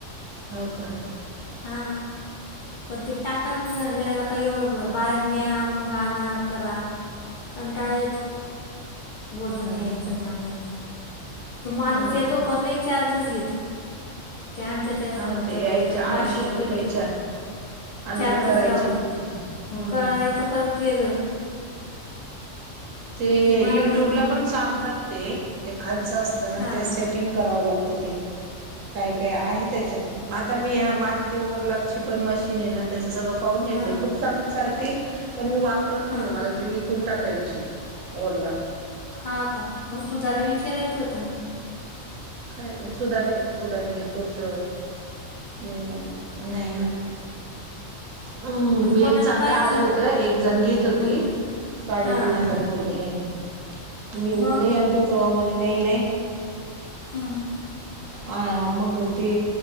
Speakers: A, on the right; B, on the left.
A: हो, का?
B: हा, पण ते टाकाच <unintelligible> आता एवढं ब -बाहेर न्या. मग आणा. करा. कंटाळा येतो. वज
A: हम्म
B: न्यायचं
A: का
B: न आणायचं. तो माणूस
A: हा ना
B: येतो पण लय चार्जेस घेतो. त्या आमच्यात त्या
A: हा
B: समोरच्या
A: ते यायच्या
B: बाईजून,
A: अडीचशे
B: पाचशे रुपये
A: रुपयाच्या
B: घेतले.
A: आणि
B: चार्जेस
A: ते करायचे
B: लावतो. करायचे.
A: हम्म
B: हं. कळायचं परत वेगळं.
A: ते
B: ती
A: युट्यूबला
B: मला म्हणली
A: पण सांगतात ते. ते खालचं असत ना,
B: हां
A: ते सेट टिंग करावं लागतं, ते. काय- काय आहे त्याच्यात. म आता मी हा माझी ते ओरलॉकची पण मशीन आहे ना, त्याच सगळं पाहून घेतले.
B: हां
A: खूप चांगली चालती. पण मी वापरत
B: हां
A: नाहीे. मला ती विकून टाकायची. ओरलॉ
B: हा, का? मग सुधाला विचारायचं होत, न.
A: काय, सुधा नाही, सुधा नाही घेत. तोच, नाही ना - नाही ना. हम.
B: मग
A: मी
B: कोणाला
A: एक चांगलं,
B: पाहायचं
A: आलं होत. एक जण घेत होती.
B: हं.
A: साडेतीन
B: हां
A: हजार बोल्ले ह्यनी. मी
B: मग
A: <unintelligible> तुमचा भाऊ म्हने, नाही - नाही
B: हं.
A: अ मग ती